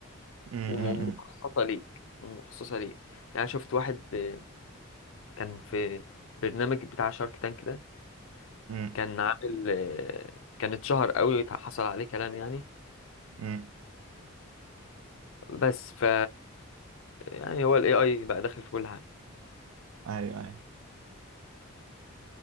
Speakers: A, on the right; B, on the left.
A: امم
B: ومخصصه
A: امم
B: ليك ومخصصه ليك يعني أنا شفت واحد آه، كان في برنامج بتاع شارك تانك ده
A: امم
B: كان عامل آه، كان اتشهر قوي حصل عليه كلام يعني
A: أمم.
B: بس ف يعني هو الاي اي بقى داخل في كل حاجه
A: ايوه ايوه